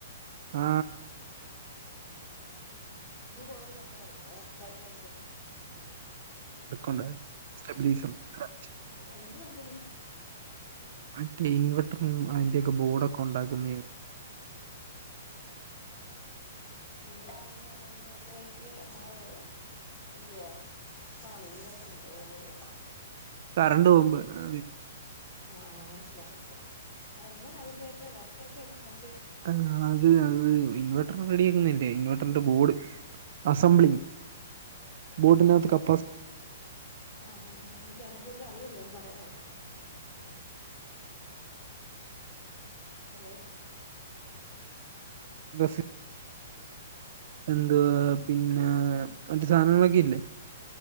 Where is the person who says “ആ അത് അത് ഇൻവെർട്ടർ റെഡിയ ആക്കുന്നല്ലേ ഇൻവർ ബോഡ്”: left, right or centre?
Right